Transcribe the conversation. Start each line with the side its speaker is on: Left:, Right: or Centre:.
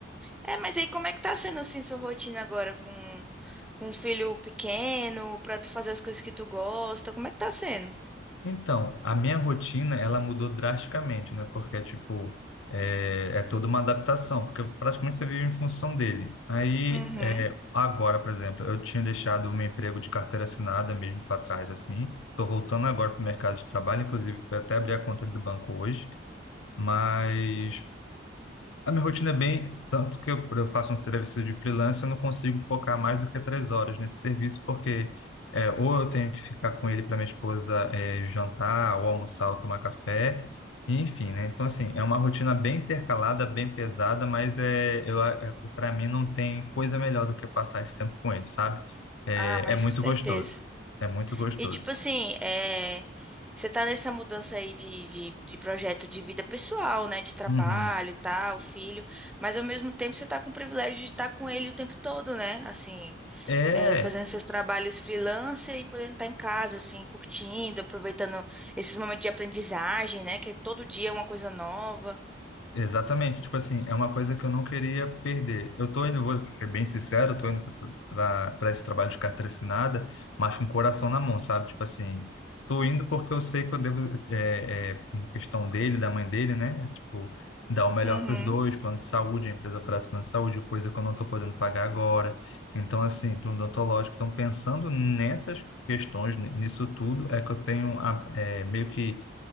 Centre: É, mas aí como é que tá sendo assim sua rotina agora com com um filho pequeno, pra tu fazer as coisas que tu gosta? Como é que tá sendo?
Left: Então, a minha rotina, ela mudou drasticamente, né? Porque, tipo, é, é toda uma adaptação, porque praticamente você vive em função dele. Aí,
Centre: Uhum.
Left: é, agora, por exemplo, eu tinha deixado o meu emprego de carteira assinada mesmo para trás, assim. Estou voltando agora para o mercado de trabalho, inclusive, fui até abrir a conta do banco hoje. Mas a minha rotina é bem, tanto que eu, eu faço um serviço de freelance, eu não consigo focar mais do que três horas nesse serviço, porque é, ou eu tenho que ficar com ele para minha esposa é, jantar, ou almoçar, ou tomar café, enfim, né? Então, assim, é uma rotina bem intercalada, bem pesada, mas é, eu, para mim não tem coisa melhor do que passar esse tempo com ele, sabe? É,
Centre: Ah, mas
Left: é muito
Centre: com certeza.
Left: gostoso, é muito gostoso.
Centre: E tipo assim, é, você tá nessa mudança aí de, de, de projeto de vida pessoal, né? De trabalho
Left: Uhum.
Centre: e tal, filho, mas ao mesmo tempo você tá com o privilégio de estar com ele o tempo todo, né? Assim,
Left: É,
Centre: é, fazendo seus trabalhos freelancer e podendo estar em casa, assim, curtindo, aproveitando esses momentos de aprendizagem, né? Que é todo dia é uma coisa nova.
Left: Exatamente, tipo assim, é uma coisa que eu não queria perder. Eu tô indo, vou ser bem sincero, eu tô indo para esse trabalho de carteira assinada, mas com o coração na mão, sabe? Tipo assim, tô indo porque eu sei que eu devo, é, é, em questão dele, da mãe dele, né? Tipo, dar o melhor
Centre: Uhum.
Left: para os dois, plano de saúde, a empresa oferece plano de saúde, coisa que eu não tô podendo pagar agora. Então, assim, plano odontológico, então pensando nessas questões, n- nisso tudo, é que eu tenho a, é, meio que